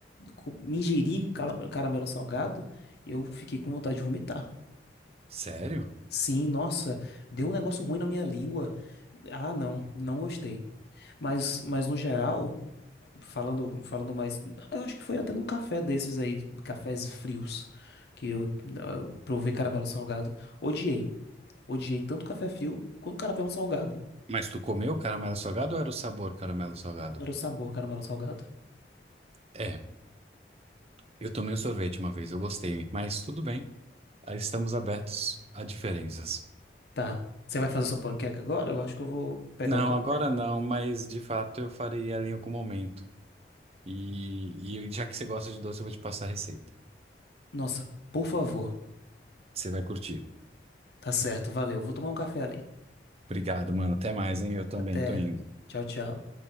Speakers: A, on the left (about 65°); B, on the right (about 35°).
A: co- me ingeri caramelo, caramelo salgado, eu fiquei com vontade de vomitar.
B: Sério?
A: Sim, nossa, deu um negócio ruim na minha língua. Ah, não, não gostei. Mas, mas no geral, falando, falando mais, eu acho que foi até num café desses aí, cafés frios, que eu, eu provei caramelo salgado. Odiei. Odiei tanto café frio quanto caramelo salgado.
B: Mas tu comeu caramelo salgado ou era o sabor caramelo salgado?
A: Era o sabor caramelo salgado.
B: É, eu tomei um sorvete uma vez, eu gostei, mas tudo bem. Aí Estamos abertos a diferenças.
A: Tá. Você vai fazer sua panqueca agora? Eu acho que eu vou pegar
B: Não,
A: um café,
B: agora
A: tá?
B: não, mas de fato eu farei ela em algum momento. E, e já que você gosta de doce, eu vou te passar a receita.
A: Nossa, por favor.
B: Você vai curtir.
A: Tá certo, valeu. Vou tomar um café ali.
B: Obrigado, mano. Até mais, hein? Eu também
A: Até.
B: tô indo.
A: Tchau, tchau.